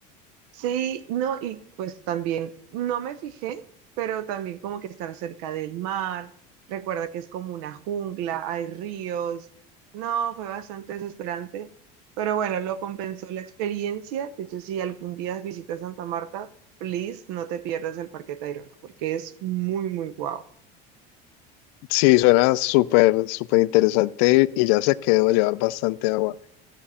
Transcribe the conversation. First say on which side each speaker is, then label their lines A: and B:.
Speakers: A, on the right; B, on the left.
A: Sí, no, y pues también, no me fijé, pero también como que estar cerca del mar, recuerda que es como una jungla, hay ríos, no, fue bastante desesperante, pero bueno, lo compensó la experiencia, de hecho, si algún día visitas Santa Marta, please, no te pierdas el Parque Tayrona, porque es muy, muy guau.
B: Sí, suena súper, súper interesante y ya se quedó a llevar bastante agua.